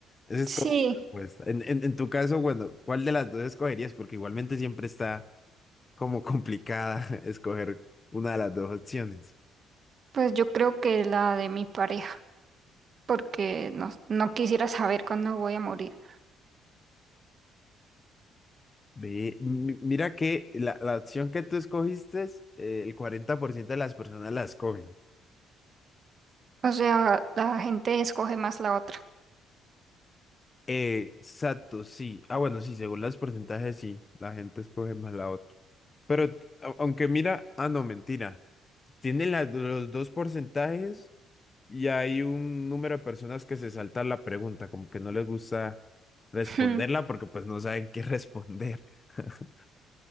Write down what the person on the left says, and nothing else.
Esa es
como mi respuesta. En, en, en tu caso, bueno, ¿cuál de las dos escogerías? Porque igualmente siempre está como complicada <laughs> escoger una de las dos opciones.
Ve, mi- mira que la, la opción que tú escogiste, eh, el 40% de las personas la escogen.
Eh, exacto, sí. Ah, bueno, sí, según los porcentajes, sí, la gente escoge más la otra. Pero a- aunque mira, ah, no, mentira. Tiene la- los dos porcentajes. Y hay un número de personas que se saltan la pregunta, como que no les gusta responderla
porque pues no saben qué responder. <laughs>